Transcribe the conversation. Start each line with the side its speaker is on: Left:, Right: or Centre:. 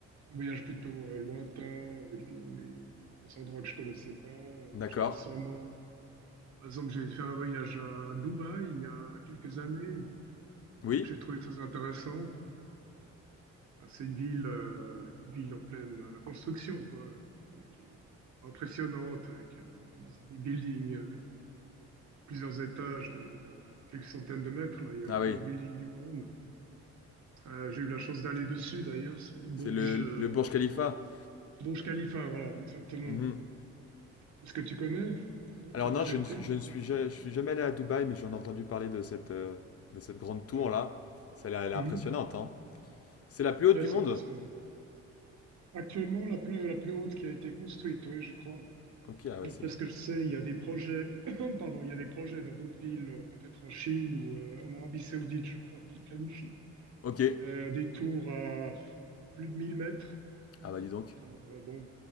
Right: des voyages plutôt euh, lointains, avec des, des- des endroits que je connaissais pas. Euh,
Left: D'accord.
Right: J'ai récemment, par exemple, j'ai fait un voyage à Dubaï il y a quelques années,
Left: Oui?
Right: que j'ai trouvé très intéressant. Ah, C'est une ville, euh, une ville en pleine euh, construction, quoi, qui, est qui est vraiment impressionnante, avec euh, des, des buildings. plusieurs étages de, de quelques centaines de mètres. Là, il y a
Left: Ah
Right: le plus
Left: oui,
Right: haut building du monde. Euh, j'ai eu la chance d'aller dessus, d'ailleurs, sur le Burj,
Left: c'est le,
Right: euh,
Left: le Burj Khalifa.
Right: Burj Khalifa, voilà, exactement.
Left: Mhm.
Right: Est-ce que tu connais? Toi,
Left: Alors
Right: tu as
Left: non,
Right: déjà
Left: je
Right: été?
Left: ne, je
Right: hein,
Left: ne suis,
Right: c'est-
Left: ja- je suis jamais allé à Dubaï, mais j'en ai entendu parler de cette, euh, de cette grande tour-là.
Right: Ouais,
Left: celle elle est
Right: Mhm.
Left: impressionnante, hein. C'est la plus haute
Right: Ouais,
Left: du
Right: c'est
Left: monde?
Right: impressionnant. Actuellement, la plus, la plus haute qui a été construite, oui, je crois.
Left: Ok, ah ouais,
Right: Après
Left: c'est...
Right: ce que je sais, il y a des projets, <coughs> <clears throat> pardon, il y a des projets dans d'autres villes, euh, peut-être en Chine ou euh, en Arabie Saoudite, je crois, qui planifient
Left: Ok.
Right: euh, des tours à plus de 1000 mètres.
Left: Ah bah dis donc,
Right: Alors, euh, bon,